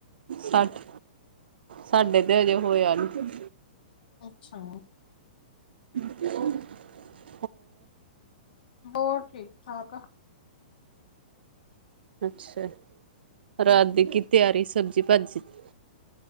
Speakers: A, on the right (about 80°); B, on the left (about 65°).
A: ਸੱਠ ਸਾਡੇ ਤੇ ਹਜੇ ਹੋਇਆ ਨੀ।
B: ਅੱਛਾ
A: <inaudible>
B: ਬੋਹ ਠੀਕ-ਠਾਕ ਆ।
A: ਅੱਛਾ ਰਾਤ ਦੀ ਕੀ ਤਿਆਰੀ ਸਬਜ਼ੀ-ਭਾਜੀ ਦੀ